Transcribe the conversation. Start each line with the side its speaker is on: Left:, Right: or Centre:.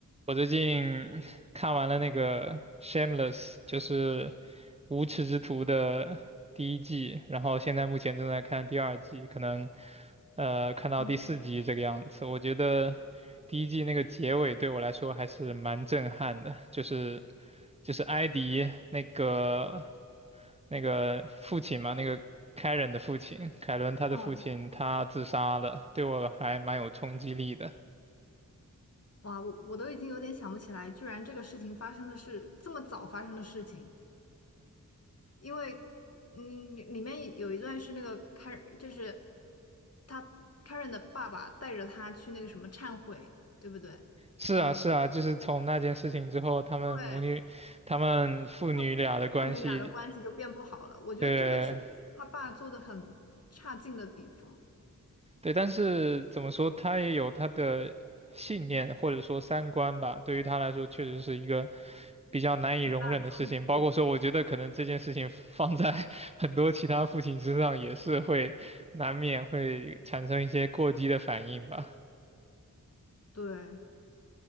Right: 我最近 <laughs> 看完了那个《Shameless》，就是《无耻之徒》的第一季，然后现在目前正在看第二季，可能呃看到第四集这个样子。
Left: 嗯，
Right: 我觉得第一季那个结尾对我来说还是蛮震撼的，就是就是埃迪那个那个父亲嘛，那个凯伦的父亲，凯伦他的父亲他自杀了，
Left: 哦，
Right: 对我还蛮有冲击力的。
Left: 哇，我我都已经有点想不起来，居然这个事情发生的是这么早发生的事情，因为嗯，里面有一段是那个 Karen，就是他 Karen 的爸爸带着他去那个什么忏悔，对不对？
Right: 是啊，
Left: 嗯，
Right: 是啊，就是从那件事情之后，他们母女，
Left: 对，
Right: 他们父女俩的关系，
Left: 父父女俩的关系就变不好了。我觉得这个确实是他爸做的很差劲的地方，
Right: 对对，但是怎么说，
Left: 就是
Right: 他也有他的信念或者说三观吧，对于他来说，确实是一个比较难以容忍的事情。
Left: 很大的冲击了。
Right: 包括说，我觉得可能这件事情放在 <laughs> 很多其他父亲身上，也是会难免会产生一些过激的反应吧。
Left: 对，